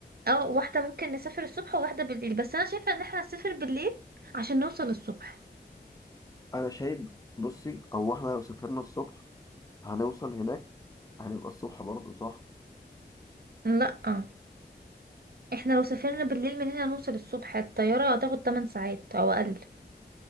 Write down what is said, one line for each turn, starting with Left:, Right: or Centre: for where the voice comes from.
Right: اه واحدة ممكن نسافر الصبح وواحدة بالليل بس انا شايفة ان احنا نسافر بالليل عشان نوصل الصبح
Left: أنا شايف بصي هو إحنا لو سافرنا الصبح هنوصل هناك هنبقى الصبح برضه صح
Right: لا اه احنا لو سافرنا بالليل من هنا نوصل الصبح الطيارة هتاخد 8 ساعات او اقل